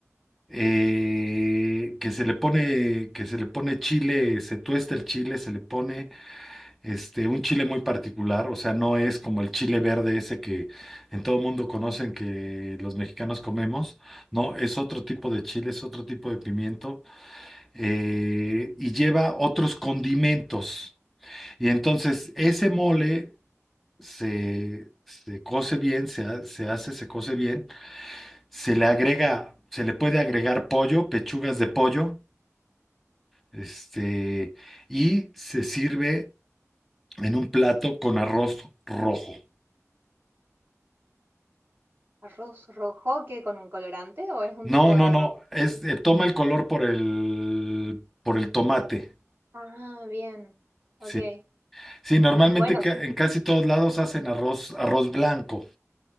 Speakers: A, in the centre; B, on the right (about 40°).
A: eh, que se le pone, que se le pone chile, se tuesta el chile, se le pone este, un chile muy particular, o sea, no es como el chile verde ese que en todo mundo conocen que los mexicanos comemos, no, es otro tipo de chile, es otro tipo de pimiento eh, y lleva otros condimentos. Y entonces ese mole se, se coce bien, se, ha- se hace, se coce bien, se le agrega, se le puede agregar pollo, pechugas de pollo, este, y se sirve en un plato con arroz rojo.
B: ¿Arroz rojo que con un colorante o es un
A: No,
B: tipo
A: no,
B: de arroz?
A: no. Es, eh, toma el color por el, por el tomate.
B: Ah, bien. Ok.
A: Sí, sí, normalmente
B: Bueno,
A: ca-
B: su-
A: en casi todos lados hacen arroz, arroz blanco.